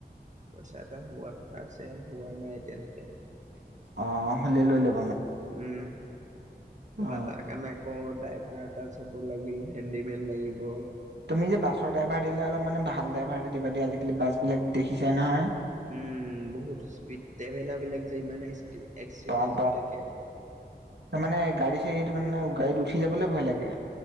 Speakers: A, on the right; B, on the right.
A: পইচা এটা হোৱা কথা আছে। হোৱা নাই এতিয়ালৈকে।
B: অ', <unintelligible>
A: উম। ত,
B: অ
A: তাৰ কাৰণে আকৌ ড্ৰাইভাৰ এটা চাব লাগিল। হেণ্ডিমেন লাগিব।
B: তুমি যে বাছৰ ড্ৰাইভাৰ দিলে অলপ মানে ভাল ড্ৰাইভাৰ এটা দিবা দেই। আজিকালি বাছ বিলাক দেখিছাই নহয়।
A: উম, বহুত স্পীড। ট্ৰেভেলাৰ বিলাক যে ইমানে এক্সিডেণ্ট
B: বাবা
A: হৈ থাকে।
B: মানে, গাড়ী চাড়ীটো কাৰণে, গাড়ীত উঠি যাবলে ভয় লাগে।